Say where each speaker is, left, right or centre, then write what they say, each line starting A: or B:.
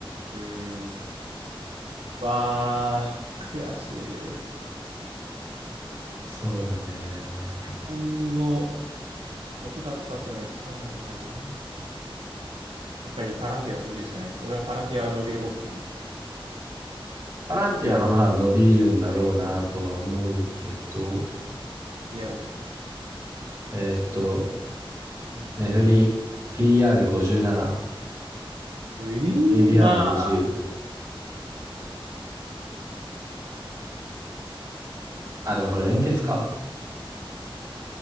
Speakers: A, on the right; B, on the right.
A: うーん。わあ、悔しい。
B: そうだね。
A: タイミングを遅かったってのが一番嫌なんだよな。やっぱりパランティアを信じるしかない。俺はパランティアは伸びるおじさんだから。
B: パランティアはまあ伸びるんだろうなとは思うけど、
A: いや、おじさん。
B: えーっと、
A: うん。
B: ネフリ PR57。
A: ういまあ、
B: BBR20。あ、でもこれ連結か。